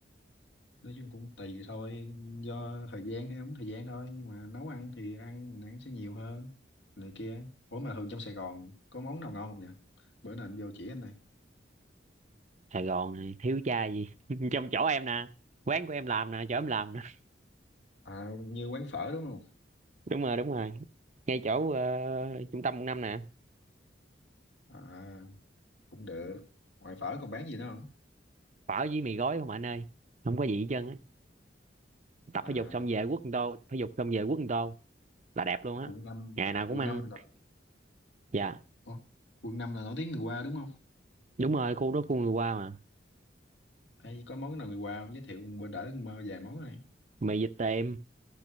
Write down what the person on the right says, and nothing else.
Sài Gòn này thiếu cha gì <laughs> trong chỗ em nè quán của em làm nè chỗ em làm nè
đúng rồi đúng rồi ngay chỗ ờ, trung tâm quận năm nè
phở với mì gói không anh ơi không có gì hết trơn á tập
thể dục xong về quất một tô thể dục xong về quất một tô là đẹp luôn á
ngày nào cũng
ăn
dạ
đúng rồi khu đó khu người qua mà
mì vịt tiệm